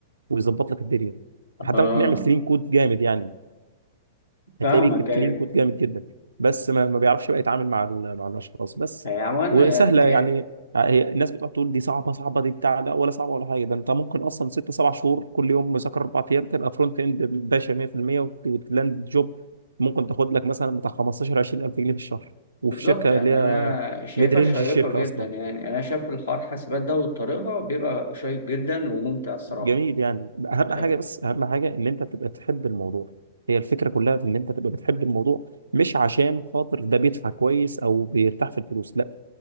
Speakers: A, on the right; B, on the left.
A: ويظبط لك الدنيا حتى
B: اه
A: ممكن يعمل كلين كود جامد يعني
B: فاهمك
A: هتلاقيه بيكتب
B: ايوه
A: كلين كود جامد جدا بس ما, ما بيعرفش بقى يتعامل مع ال- مع الاشخاص بس
B: هي عموما
A: وسهله
B: الحاجات
A: يعني آه، هي الناس بتقعد تقول دي صعبه صعبه دي بتاع لا ولا صعبه ولا حاجه ده انت ممكن اصلا ست سبع شهور كل يوم مذاكره اربع ايام تبقى فرونت اند باشا 100% وت- وتلاند جوب ممكن تاخد لك مثلا بتاع 15 20000 جنيه في الشهر وفي
B: بالظبط
A: شركه
B: يعني
A: اللي هي
B: انا شايفها
A: ميد رينج
B: شيقه
A: الشركه
B: جدا
A: اصلا
B: يعني انا شايف الحوار حاسبات ده وطريقها بيبقى شيق جدا وممتع الصراحه
A: جميل يعني اهم
B: ايوه
A: حاجه بس اهم حاجه ان انت تبقى تحب الموضوع هي الفكره كلها في ان انت تبقى بتحب الموضوع مش عشان خاطر ده بيدفع كويس او بيرتاح في الفلوس لا